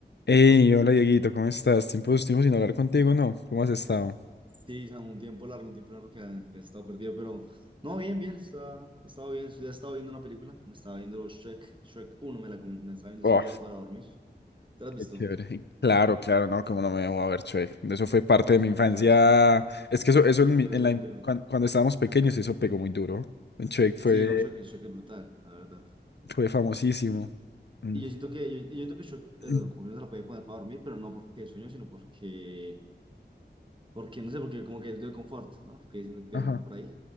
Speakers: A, on the left; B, on the right.
A: Hey, hola Dieguito, ¿cómo estás? Tiempo, tiempo sin hablar contigo, ¿no? ¿Cómo has estado?
B: Sí, Samu, un tiempo largo, un tiempo largo que ha, que ha estado perdido, pero no, bien, bien, está, estaba bien, ya estaba viendo una película, me estaba viendo Shrek, Shrek uno, me la comen- me la estaba viendo
A: Uf,
B: estos días para dormir. ¿Te la has visto?
A: qué chévere. Claro, claro, no, cómo no me voy a ver Shrek. Eso fue parte de mi infancia.
B: Claro, es que es,
A: Es que eso, eso
B: es un
A: en,
B: icono,
A: mi- en
B: es un
A: la, in-
B: icono.
A: cuan- cuando, estábamos pequeños, eso pegó muy duro. Shrek fue,
B: Sí, no, Shrek, Shrek es brutal, la verdad.
A: fue famosísimo.
B: Y,
A: Mm,
B: y yo siento que, yo, yo siento que Shrek, eso,
A: mm,
B: como que no se la podía poner para dormir, pero no porque sueño, sino porque, porque, no sé, porque como que es de confort, ¿no? Que dicen de
A: Ajá.
B: confort por ahí.